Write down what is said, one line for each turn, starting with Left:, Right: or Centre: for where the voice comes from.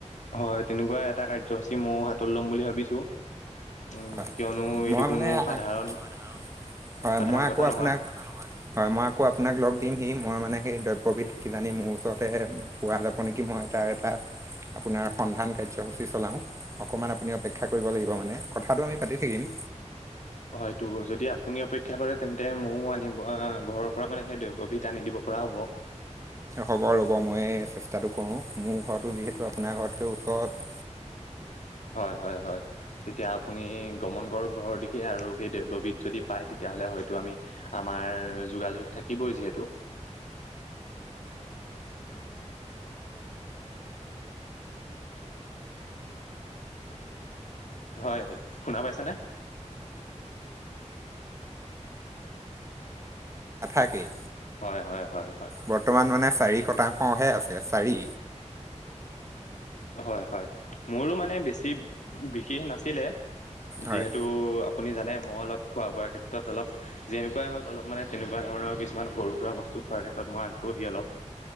Left: হয় তেনেকুৱা এটা কাৰ্যসূচী মইও হাতত ল'ম বুলি ভাবিছো। উম,
Right: হয়
Left: কিয়নো
Right: মই
Left: এইটো কোনো
Right: মানে
Left: সাধাৰণ
Right: হয়,
Left: সাধাৰণ
Right: মই
Left: কথা
Right: আকৌ
Left: নহয়।
Right: আপোনাক, হয় মই আকৌ আপোনাক লগ দিম সি মই মানে সেই দ্ৰব্যবিধ কি জানি মোৰ ওচৰতেহে পোৱা যাব নেকি মই তাৰ এটা আপোনাৰ সন্ধান কাৰ্যসূচী চলাওঁ, অকণমান আপুনি অপেক্ষা কৰিব লাগিব মানে। কথাটো আমি পাতি থাকিম।
Left: হয়টো যদি আপুনি অপেক্ষা কৰে তেন্তে মইও আনিব আহ ঘৰৰ পৰা মানে সেইটো <unintelligible> আনি দিব পৰা হ'ব।
Right: হ'ব ৰ'ব। মইয়ে চেষ্টাটো কৰোঁ। মোৰ ঘৰতো যিহেতু আপোনাৰ ঘৰতকৈ ওচৰত
Left: <inaudible> হয়-হয়-হয় তেতিয়া আপুনি গমন কৰক ঘৰৰ দিশে আৰু সেই <unintelligible> বিধ যদি পায় তেতি তেতিয়াহ'লে হয়তো আমি আমাৰ যোগাযোগ থাকিবই যিহেতু। হয়, শুনা পাইছেনে?
Right: নাথাকেই।
Left: হয় হয় হয় হয়
Right: বৰ্তমান মানে চাৰি শতাংশহে আছে চাৰি।
Left: হয় হয়। মোৰো মানে বেছি বিশেষ নাছিলে। যিহেতু
Right: হয়
Left: আপুনি জানে মই অলপ খোৱা বোৱাৰ ক্ষেত্ৰত অলপ যেনেকুৱাই হওক অলপ মানে তেনেকুৱা ধৰণৰ কিছুমান সৰু সুৰা বস্তু স্তু খোৱাৰ ক্ষেত্ৰত মই আগ্ৰহী অলপ।